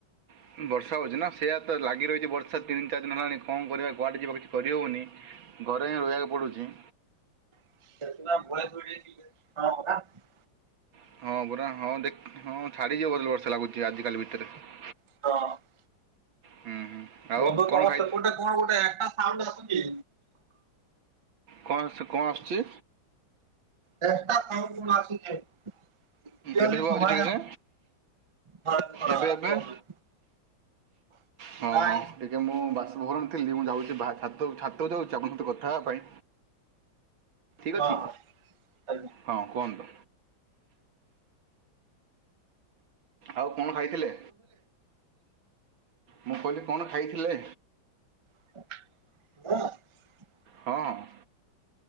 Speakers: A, on the right (about 85°); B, on the right (about 40°).
A: <inaudible> ଲାଗି ରହିଛି ବର୍ଷା ତିନି ଚାରି ଦିନ ହେଲାଣି କଣ କରିବା କୁଆଡେ ଯିବା କିଛି କରିହେଉନି। ରହିବାକୁ ପଡୁଛି।
B: <unintelligible>
A: <inaudible>
B: <inaudible>
A: ହୁଁ ହୁଁ। ଆଉ
B: ମଧୁ
A: କ'ଣ
B: ତମ
A: ଖାଇ
B: ସେପଟେ କଣ ଗୋଟେ ଏଟା ସାଉଣ୍ଡୁ ଆସୁଚି।
A: କଁ ଆସୁଚି କଁ ଆସୁଚି।
B: ଚେଷ୍ଟା ସାଉଣ୍ଡ କଣ ଆସୁଚି। କିଅରଲି
A: ଏବେ
B: ଶୁଭା
A: ହେଉଛି ଠିକ୍
B: ଯାଉନି
A: ସେ
B: <unintelligible> ଗଲା
A: ଏବେ ଏବେ
B: କୁହନ୍ତୁ।
A: ହଁ
B: ନାଇଁ
A: ହଁ ଟି ମୁଁ ବାସଭବନରେ ଥିଲି। ମୁଁ ଯାଉଛି ଭା ଛାତ ଛାତକୁ ଯାଉଛି ଆପଣଙ୍କ ସହିତ କଥା ହେବା ପାଇଁ। ଠିକ
B: ହଁ ହଁ
A: ଅଛି
B: ଆଜ୍ଞା।
A: ହଁ କୁହନ୍ତୁ। ଆଉ କଣ ଖାଇଥିଲେ। ମୁଁ କହିଲି କଣ ଖାଇଥିଲେ।
B: <unintelligible>
A: ହଁ ହଁ।